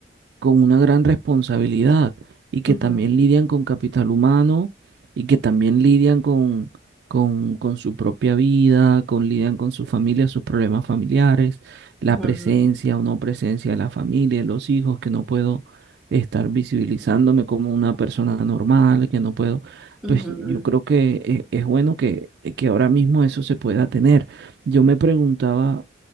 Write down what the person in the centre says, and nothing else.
Ujú,
ujú,
ujú,